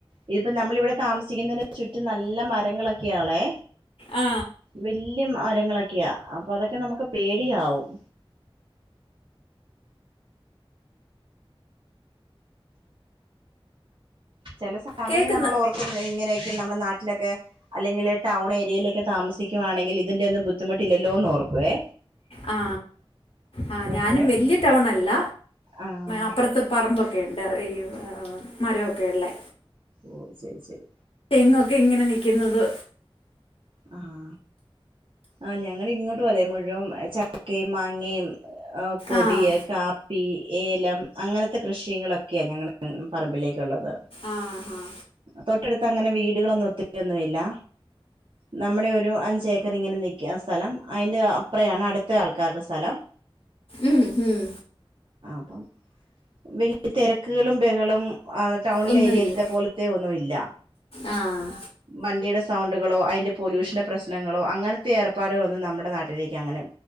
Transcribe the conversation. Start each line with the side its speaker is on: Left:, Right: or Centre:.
Right: ഇതിപ്പോ നമ്മളിവിടെ താമസി ചിക്കുന്നന ചുറ്റും നല്ല മരങ്ങളൊക്കെയാളെ.
Left: ആ
Right: വല്ല്യ മരങ്ങളൊക്കെയാ അപ്പ തൊക്കെ നമുക്ക്. പേടിയാവും. ചെല സമയം
Left: കേൾക്കുന്ന
Right: നമ്മളോർകുബായ് ഇങ്ങനെയൊക്കെ നമ്മുടെ നാട്ടിലൊക്കെ. അല്ലെങ്കിൽ ടൗൺ ഏരിയേലൊക്കെ താമസിക്കുവാണെങ്കിൽ ഇതിന്റെ ന്നും ബുദ്ദി മുട്ട് ഇല്ലല്ലോന്ന് ഓർക്കുവേ.
Left: ആ ആ
Right: പക്ഷെ
Left: ഞാനും വലിയ ടൗണല്ല,
Right: ആഹ്
Left: അപ്പറത്ത് പറമ്പ- <unintelligible> ഈഅ ആ മരൊക്കെ ള്ളെ.
Right: ഓ ശരി ശരി.
Left: തെങ്ങൊക്കെ ഇങ്ങനെ നിക്കുന്നത്.
Right: അ ഹാ അ ഞങ്ങള് ഇങ്ങോട്ടും അതേ മുഴുവം ചക്കേം മാങ്ങേ- ആ കൊടിയേ
Left: ആഹ്
Right: കാ. പ്പി ഏലം അങ്ങനത്തെ കൃഷികള ക്കെ ഞങ്ങളെ പറമ്പിലേക്കുള്ളത്.
Left: ആഹ് ആഹ്
Right: തൊട്ടടുത്തങ്ങനെ വീടുകളൊന്നും ഒത്തിരിവൊന്നുയില്ല. നമ്മടെ ഒരു അഞ്ചേക്കറിങ്ങനെ നിക്ക്യ സ്ഥലം, അയിന്റെ അപ്പൊറയാണ് അടുത്ത ആൾക്കാ ര്ടെ സ്ഥലം.
Left: ഉം ഉം
Right: പ്പം വല്ല്യ തിരക്കുകളും ബഹളും. ആ ടൗണിലെ
Left: ഒന്നുമില്ല
Right: ഏരിയയിലത്തെ പോലത്തെ ഒന്നും ഇല്ല.
Left: ആഹ്
Right: വണ്ടിയുടെ സൗ ണ്ടുകളോ അയി പൊല്യൂഷന്റെ പ്രശ്നങ്ങളോ അങ്ങനത്തെ ഏർപ്പാടുകളൊന്നും നമ്മടെ നാട്ടിലേക്ക് അങ്ങനെ